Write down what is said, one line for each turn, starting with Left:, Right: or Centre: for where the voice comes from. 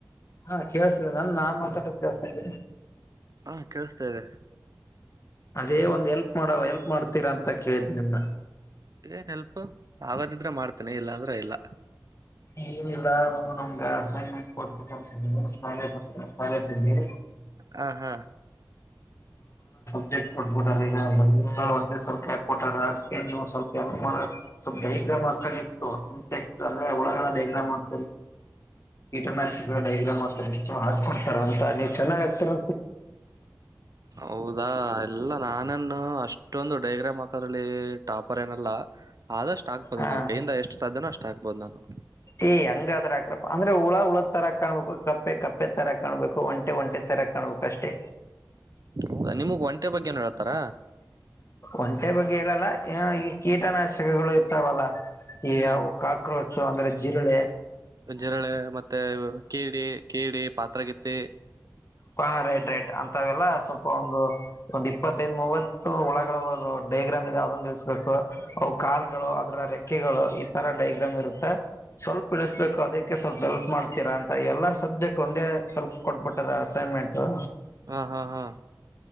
Left: ಹಾ ಕೇಳಳ್ಸ್ತಿ ನನ್ ನಾ ಮಾತಾಡಕ್ ಕೇಸ್ತಾ ಇದ್ದೇಿ
Right: ಹಾ ಕೇೇಳಸ್ತಾ ಇದೆ
Left: ಅದೇ ಒಂದ್ ಎಲ್ಪ್ ಮಾಡೋ ಎಲ್ಪ್ ಮಾಡ್ತೀರಾ ಅಂತ ಕೇಳಿದ್ ನಿಮ್ನ್ನ
Right: ಏನ್ ಹೆಲ್ಪ್ು ಆಗದಿದ್ರೆ ಮಾಡ್ತೇನೆಿ ಇಲ್ಲಾ ಅಂದ್ರೆ ಇಲ್ಲ
Left: ಏನಿಲ್ಲ ಅ ನಮ್ಗೆ ಅಸೈನ್ಮೆಂಟ್ ಕೊಡ್ಾಲಜ ಹ ಕಾಲೇಜಲ್ಲಿ
Right: ಹ ಹಾ
Left: ಸೆಕ್ಟ್ ಕೊಬಿಟ ಈಗ ಎ ಒ ಸ್ವಲ್ಪ ಹೇಕೊಟಾರ ಅದಕ್ಕೆ ನೀವು ಸ್ವಲ್ಪಪ್ ಮಾಡ ಸ್ವಲ್ಪ ಡೈಗ್ರಾಮ್ ಹಗ್ತತ್ತು ಅ್ರೆ ಡ್ರಾಮ್ ಆಗ್ತ ಕೀಟನಾಶಕ ಡೈಗ್ರಾಮ್ ಆಗ್ತ ಹಾಕೊಡ್ತಾರ ಅಂತ ನೀವ ಚೆನ್ನ್ ಆಗ್ತಿರ
Right: ಹೌದಾ ಎಲ್ಲ ನಾನನ್ನು ಅಷ್ಟೊಂದು ಡೈಗ್ರ ಮಕ್ಕಲ್ಲಿ ಟಾಪರ್ ಏನ ಅಲ್ಲ ಆದಷ್ಟು ಆಗ್ಬೋದು
Left: ಹಾ
Right: ನನ್ ಕೈಯಿಂದ ಎಷ್ಟು ಸಾಧ್ಯನ ಅಷ್ಟು ಹಾಕ್ಬೋ್ ನಾನು
Left: ಏ ಹಂಗಾದ್ರ ಅಂದ್ರೆ ಹುಳ ಉಳ ತರ ಕಾಣ್ಬೇಕು ಕಪ್ಪೆ ಕಪ್ಪೆ ತರ ಕಾಣ್ಬೇಕು ಒಂಟೆ ಒಂಟೆ ತರ ಕಾಣ್ಬೇಕು ಅಷ್ಟೇ
Right: ಹೌದಾ, ನಿಮಗ್ ಒಂಟೆ ಬಗ್ಗೆ ಏನ್ ಹೇಳ್ತಾರ
Left: ಒಂಟೆ ಬು ಕೇಳಲ್ಲ ಕೀಟನಾಶಕಗಳು ಇರ್ತಾವಲ್ಲ ಈ
Right: ಹ್ಮ್
Left: ಯವು ಕಾಕ್ರೋಚ್ ಸೊ ಅಂದ್ರೆ ಜಿರಳೆ
Right: ಜಿರಳೆ ಮತ್ತೆ ಕೀಡಿ ಕೇಡಿ ಪಾತ್ರಗಿತ್ತಿ
Left: ಪೈಡ್ರೈಡ್ ಅಂತವೆೆಲ್ಲ ಸ್ವಲ್ಪ ಒಂದು ಒಂದ್ ಇಪ್ಪತ್ತೈದು ಮೂವತ್ತು ಒಳಗಳ ಡೈಗ್ರಾಮ್ ಇದೆ ಅದನ್ನ ಇಳಿಸಬೇಕು ಅವು ಕಾಲ್ಗಳು ಅದ್ರ ರೆಕ್ಕೆಗಳು ಈ ತರ ಡೈಗ್ರಾಮ್ ಇರುತ್ತೆ ಸ್ವಲ್ಪ ಇಳಿಸಬೇಕು ಅದಕ್ಕೆ ಸ್ವಲ್ಪ ಹೆಲ್ಪ್ ಮಾಡ್ತೀರಾ ಅಂತ ಎಲ್ಲಾ ಸಬ್ಜೆಕ್ಟ್ ಒಂದೇ ಸ್ವಲ್ಪ್ ಕೊಟ್ಬಿಟ್ಟಾರ ಅಸೈನ್ಮೆಂಟ್ ಹ
Right: ಹಾ ಹಾ ಹಾ